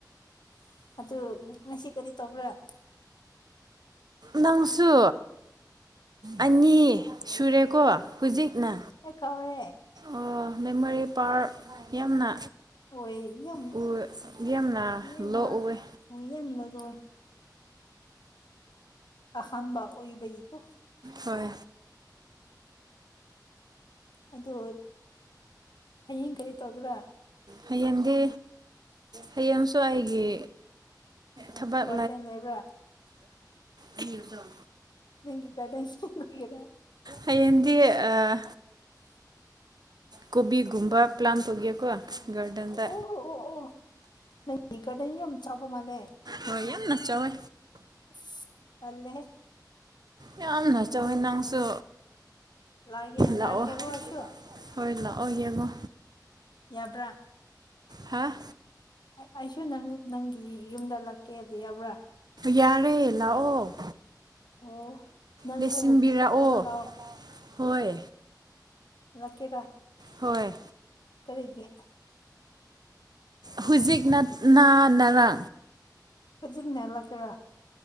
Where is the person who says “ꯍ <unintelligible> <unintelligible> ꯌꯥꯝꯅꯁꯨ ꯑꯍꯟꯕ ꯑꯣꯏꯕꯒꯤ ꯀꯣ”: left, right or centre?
Left